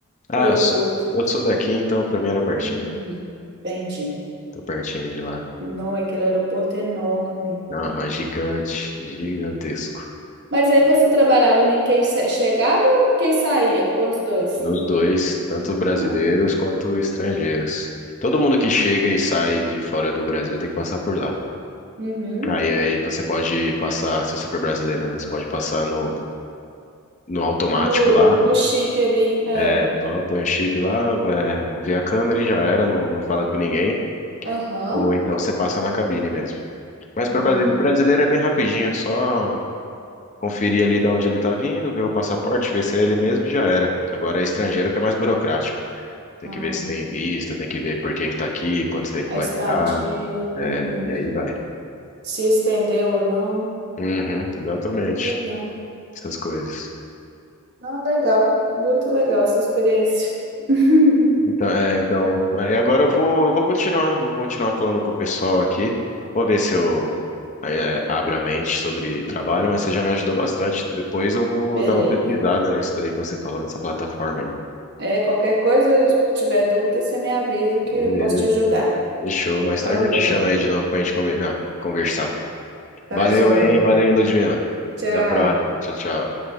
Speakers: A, on the left; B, on the right.
A: Ah,
B: O aeroporto.
A: eu sou, eu sou daqui, então pra mim era pertinho.
B: Hum, entendi.
A: Tô pertinho de lá.
B: Não, aquele aeroporto é enorme.
A: Aham, gigante, gigantesco.
B: Mas aí você trabalhava nem quem se- chegava, ou quem saía, ou dos dois?
A: Nos dois, tanto brasileiros
B: Ah,
A: quanto estrangeiros. Todo mundo que chega e sai de fora do Brasil tem que passar por lá.
B: uhum.
A: Aí, aí você pode passar, se você for brasileiro, né? Você pode passar no, no automático
B: No,
A: lá.
B: no chip ali, é.
A: É, só põe o chip lá, é, vê a câmera e já era, não, não fala com ninguém.
B: Aham.
A: Ou então você passa na cabine mesmo. Mas
B: Ah,
A: para brasileiro brasileiro é bem rapidinho, só conferir ali de onde ele tá vindo, ver o passaporte, ver se é ele mesmo e já era. Agora é estrangeiro que é mais burocrático. Tem
B: ah.
A: que ver se tem visto, tem que ver por que que tá aqui, quanto tempo
B: A
A: vai
B: estadia,
A: ficar, é,
B: uhum.
A: e aí vai.
B: Se estendeu ou não.
A: Uhum, exatamente.
B: Legal.
A: Essas coisas.
B: Não, legal. Muito legal essa experiência. <laughs>
A: Então, é, então, aí agora eu vou, eu vou continuar, vou continuar falando com o pessoal aqui. Vou ver se eu é, abro a mente sobre trabalho, mas você já me ajudou bastante. Depois eu vou
B: Beleza.
A: dar uma pesquisada nisso daí que você falou, nessa plataforma aí.
B: É, qualquer coisa, se tiver dúvida, você me avisa
A: Beleza.
B: que eu posso te ajudar.
A: Fechou. Mais
B: Falou.
A: tarde eu te chamo aí de novo pra gente combinar, conversar.
B: Tá
A: Valeu,
B: joia.
A: hein? Valeu, hein, Ludmila.
B: Tchau.
A: Até a próxima. Tchau, tchau.